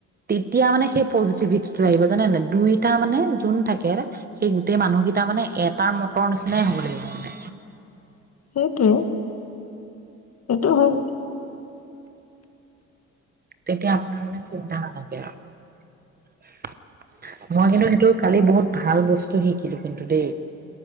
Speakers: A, on the right (about 30°); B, on the left (about 55°).
A: তেতিয়া মানে সেই পজিটিভিটিটো আহিব জানে দুইটা মানে যোন থাকে সেই গোটেই মানুহকেইটা মানে এটাৰ মতৰ নিচিনাই হব লাগিব মানে
B: সেই টোৱে সেইটো হয়
A: তেতিয়া আপোনাৰ মানে চিন্তা নাথাকে আৰু মই কিন্তু সেইটো কালি বহুত ভাল বস্তু শিকিলো কিন্তু দেই